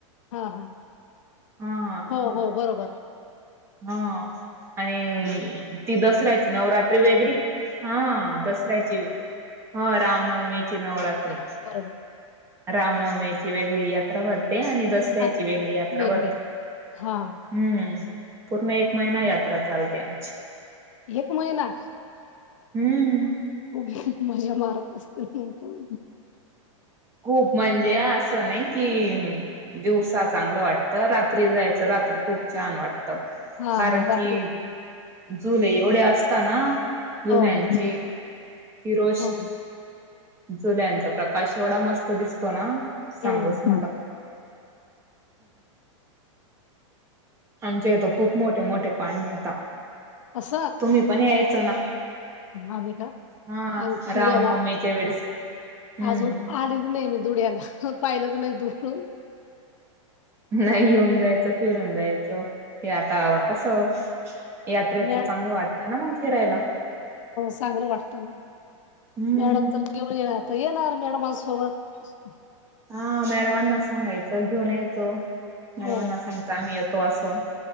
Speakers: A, on the left; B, on the right.
A: हा हा,
B: हा
A: हो हो बरोबर
B: हा आणि ती दसऱ्याची नवरात्री वेगळी हा दसऱ्याची, हा रामनवमीची नवरात्री
A: हा बरोबर
B: रामनवमीची वेगळी यात्रा भरते आणि दसऱ्याची
A: हा
B: वेगळी यात्रा
A: वेगळी
B: भरते
A: हा
B: हम्म पूर्ण एक महिना यात्रा चालते आमची
A: एक महिना
B: हम्म
A: खूप खूप मजा मारत असत त
B: खूप म्हणजे असं नाही कि दिवसात चांगलं वाटत रात्री जायचं रात्री खूप छान वाटत
A: हा
B: कारण
A: हा रात्री
B: कि जुले एवढे असत ना जुल्याची
A: हो हो
B: ती रोष
A: हो
B: <unintelligible> जुल्यांचा प्रकाश एवढा मस्त दिसतो ना सांगूच
A: हम्म
B: नका आमच्या इथ खूप मोठे मोठे पाळणे येता.
A: अस
B: तुम्ही पण यायचं ना.
A: आम्ही का.
B: हा
A: आम्ही धुळ्याला
B: रामनवमीच्या वेळेस हम्म
A: अजून आलीच नाही मी धुळ्याला. पाहिलं च नाही धुळ.
B: नाही येऊन जायचं फिरून जायचं. हे आता कस. यात्रेच
A: म
B: चांगलं वाटत ना मग फिरायला.
A: चांगलं वाटतं ना
B: हम्म.
A: मॅडम तर घेऊन येणार तर येणार मॅडमांसोबत.
B: हा मॅडमांना सांगायचं घेऊन यायचं. मॅडमांना
A: हो
B: सांगता आम्ही येतो असं.